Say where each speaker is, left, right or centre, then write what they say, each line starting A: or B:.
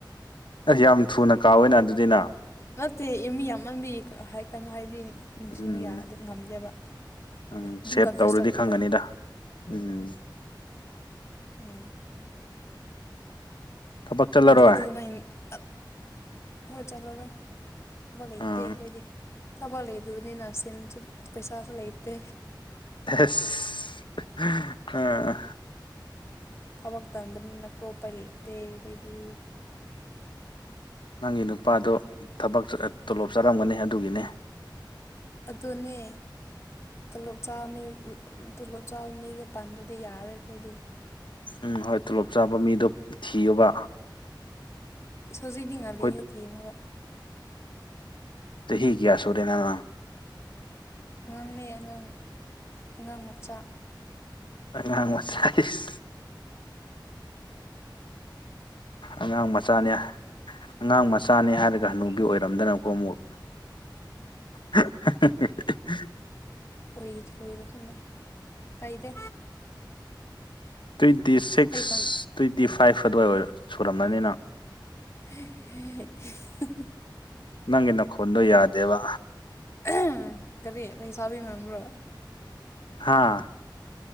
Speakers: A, on the left; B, on the left.
A: ꯑꯦ ꯌꯥꯝ ꯊꯨꯅ ꯀꯥꯎꯋꯦꯅ ꯑꯗꯨꯗꯤ ꯅꯪ
B: ꯅꯠꯇꯦ ꯃꯤ ꯌꯥꯝꯃꯟꯕꯩ ꯍꯥꯢ ꯀꯩꯅꯣ ꯍꯥꯏꯗꯤ ꯅꯤꯡꯁꯤꯡꯕ
A: ꯎꯝ
B: ꯌꯥꯗꯦ ꯉꯝꯗꯦꯕ
A: ꯎꯝ
B: ꯑꯗꯨꯝ
A: ꯁꯦꯞ
B: ꯀꯟꯐ꯭ꯌꯨꯁ
A: ꯇꯧꯔꯗꯤ
B: ꯆꯠꯄꯗꯣ
A: ꯈꯪꯒꯅꯤꯗ ꯎꯝ
B: ꯎꯝ
A: ꯊꯕꯛ ꯆꯠꯂꯔꯣꯏ
B: ꯑꯗꯨꯗꯤ ꯅꯪ ꯑꯠ ꯍꯣꯏ ꯆꯠꯂꯔꯣꯏ ꯊꯕꯛ ꯂꯩꯇꯦ
A: ꯎꯝ
B: ꯑꯩꯈꯣꯏꯗꯤ ꯊꯕꯛ ꯂꯩꯗꯕꯅꯤꯅ ꯁꯤꯟꯁꯨ ꯄꯩꯁꯥꯁꯨ ꯂꯩꯇꯦ
A: ꯑꯦꯁ ꯍꯦꯍꯦ ꯑꯥ
B: ꯊꯕꯛ ꯇꯟꯕꯅꯤꯅꯀꯣ ꯎꯄꯥꯏ ꯂꯩꯇꯦ ꯑꯩꯈꯣꯏꯗꯤ
A: ꯅꯪꯒꯤ ꯅꯨꯄꯥꯗꯣ ꯊꯕꯛ ꯇꯣꯂꯣꯞ ꯆꯥꯔꯝꯒꯅꯤ ꯑꯗꯨꯒꯤꯅꯦ
B: ꯑꯗꯨꯅꯦ ꯇꯣꯂꯣꯞ ꯆꯥꯕ ꯃꯤ ꯇꯣꯂꯣꯞ ꯆꯥꯕ ꯃꯤꯗ ꯄꯥꯟꯗ꯭ꯔꯗꯤ ꯌꯥꯔꯔꯣꯏ ꯑꯩꯈꯣꯏꯗꯤ
A: ꯎꯝ ꯍꯣꯏ ꯇꯣꯂꯣꯞ ꯆꯥꯕ ꯃꯤꯗꯣ ꯊꯤꯌꯨꯕ
B: ꯏꯁ ꯍꯧꯖꯤꯛꯇꯤ ꯉꯜꯂꯤꯍꯦ
A: ꯑꯩꯈꯣꯏ
B: ꯊꯤꯅꯕ
A: ꯆꯍꯤ ꯀꯌꯥ ꯁꯨꯔꯦ ꯅꯪ
B: ꯑꯉꯥꯡꯅꯦ ꯑꯉꯥꯡ ꯑꯉꯥꯡ ꯃꯆꯥ
A: ꯑꯉꯥꯡ ꯃꯆꯥ ꯢꯁ ꯑꯉꯥꯡ ꯃꯆꯥꯅꯦ ꯑꯉꯥꯡ ꯃꯆꯥꯅꯦ ꯍꯥꯏꯔꯒ ꯍꯅꯨꯕꯤ ꯑꯣꯏꯔꯝꯗꯅꯀꯣ ꯑꯃꯨꯛ <unintelligible>
B: ꯑꯣꯏ ꯑꯣꯏꯔꯁꯅꯨ ꯀꯥꯏꯗꯦ
A: ꯇ꯭ꯋꯦꯟꯇꯤ ꯁꯤꯛꯁ
B: ꯑꯩ ꯈꯣꯟ
A: ꯇ꯭ꯋꯦꯟꯇꯤ ꯐꯥꯏꯚ ꯑꯗꯨꯋꯥꯏ ꯑꯣꯏꯔ ꯁꯨꯔꯝꯃꯅꯤ ꯅꯪ
B: <unintelligible>
A: ꯅꯪꯒꯤ ꯅꯈꯣꯟꯗꯣ ꯌꯥꯗꯦꯕ
B: ꯑꯍꯝ ꯀꯔꯤ ꯂꯩꯁꯥꯕꯤ ꯃꯥꯟꯕ꯭ꯔꯣ
A: ꯍꯥꯥ